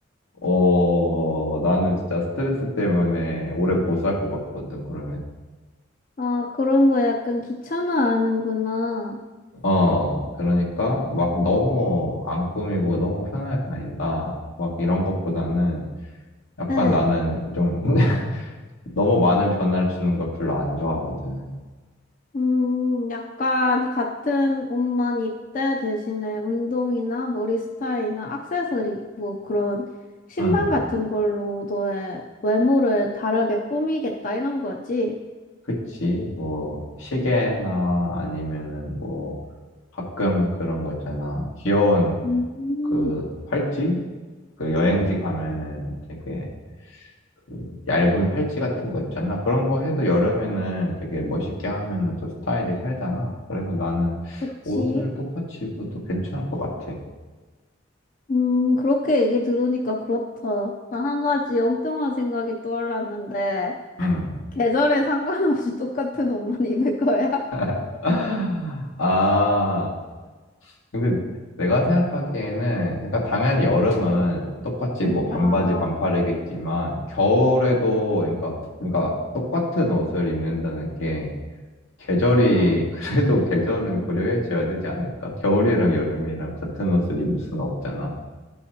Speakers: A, on the left (about 80°); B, on the left (about 40°).
A: 어, 나는 진짜 스트레스 때문에 오래 못 살 것 같거든, 그러면.
B: 아, 그런 거 약간 귀찮아하는구나.
A: 어, 그러니까 막 너무 안 꾸미고 너무 편하게 다닌다. 막 이런 것보다는 약간
B: 응.
A: 나는 좀 <laughs> 너무 많은 변화를 주는 걸 별로 안 좋아하거든.
B: 음, 약간 같은 옷만 입되 대신에 운동이나 머리 스타일이나 액세서리, 뭐 그런 신발
A: 응,
B: 같은 걸로 너의 외모를 다르게 꾸미겠다 이런 거지.
A: 그치. 뭐, 시계나 아니면은 뭐, 가끔 그런 거 있잖아. 귀여운
B: 음,
A: 그 팔찌? 그 여행지 가면은 되게 그 얇은 팔찌 같은 거 있잖아. 그런 거 해도 여름에는 되게 멋있게 하면은 또 스타일이 살잖아. 그래서 나는
B: 그치.
A: 옷을 똑같이 입어도 괜찮을 것 같아.
B: 음, 그렇게 얘기 들으니까 그렇다. 나 한 가지 엉뚱한 생각이 떠올랐는데,
A: 음.
B: 계절에 상관없이 <laughs> 똑같은 옷만 입을 거야?
A: <laughs> 아, 근데 내가 생각하기에는, 그러니까 당연히 여름은 뭐 똑같이 뭐 반바지
B: 아,
A: 반팔이겠지만, 겨울에도, 그러니까, 그러니까 똑같은 옷을 입는다는 게 계절이,
B: 음.
A: <laughs> 그래도 계절은 고려해줘야 되지 않을까? 겨울이랑 여름이랑 같은 옷을 입을 수는 없잖아.